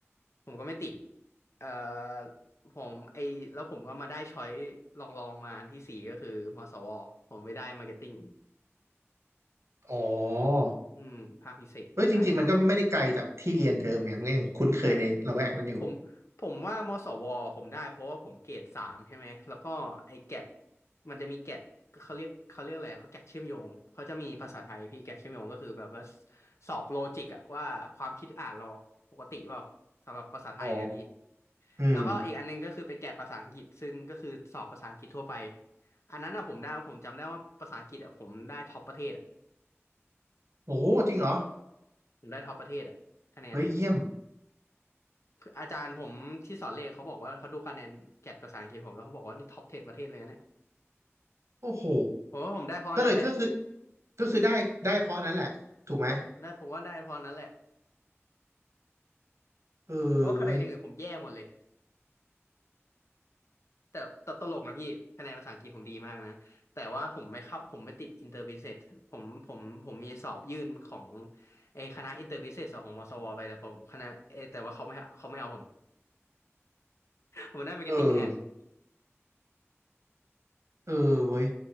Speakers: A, on the left; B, on the right.
A: ผมก็ไม่ติดเอ่อผมไอแล้วผมก็มาได้ช้อยลองลองมาอันที่สี่ก็คือมสวผมไม่ได้มาร์เก็ตติ้ง
B: อ๋อ
A: อืมภาคพิเศษ
B: เอ้ยจริงๆมันก็ไม่ได้ไกลจากที่เรียนเดิมไงมันก็ยังคุ้นเคยในละแวกนั้นอยู่
A: ใช่ครับ ใช่ผมผมว่ามสวผมได้เพราะว่าผมเกรดสามใช่ไหมแล้วก็ไอ้แกดมันจะมีแกดเขาเรียกเขาเรียกอะไรเขาแกดเชื่อมโยงเขาจะมีภาษาไทยพี่แกดเชื่อมโยงก็คือแบบว่าสสอบโลจิกอะว่าความคิดอ่านเราปกติเปล่าสำหรับภาษาไทยเนะพี่
B: อ๋ออืม
A: แล้วก็อีกอันหนึงก็คือเป็นแกดภาษาอังกฤษซึ่งก็คือสอบภาษาอังกฤษทั่วไปอันนั้นอะผมได้ผมจำได้ว่าภาษาอังกฤษอะผมได้ท็อปประเทศอะ
B: โอ้จริงเหรอ
A: ผมได้ท็อปประเทศอะคะแนนอะ
B: เฮ้ยเยี่ยม
A: อาจารย์ผมที่สอนเลขเขาบอกว่าเขาดูคะแนนแกดภาษาอังกฤษผมแล้วเขาบอกว่านี่ท็อป10ประเทศเลยนะเนี่ย
B: โอ้โห
A: ผมว่าผมได้เพราะนั้นแหละ
B: ก็เลยก็คือก็คือได้ได้เพราะนั้นแหละถูกไหม
A: ได้ผมว่าได้เพราะนั้นแหละ
B: เออเว้ย
A: เพราะว่าคะแนนอย่างอื่นผมแย่หมดเลยแต่แต่ตลกนะพี่คะแนนภาษาอังกฤษผมดีมากนะแต่ว่าผมไม่เข้าผมไม่ติดอินเตอร์บิเซสผมผมผมมีสอบยื่นของไอ้คณะอินเตอร์บิเซสของมศวไปแต่ผมคณะเอยแต่ว่าเขาไม่เขาไม่เอาผมผมได้มาร์เก็ตติ้งแทน
B: เออเออเว้ย